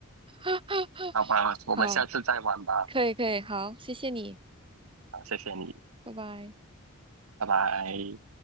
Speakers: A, on the right; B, on the right.
A: <laughs>
B: <laughs> 好吧，
A: 好，
B: 我们下次再玩吧。
A: 可以可以，好，谢谢你，
B: 好，谢谢你，
A: 拜拜。
B: 拜拜。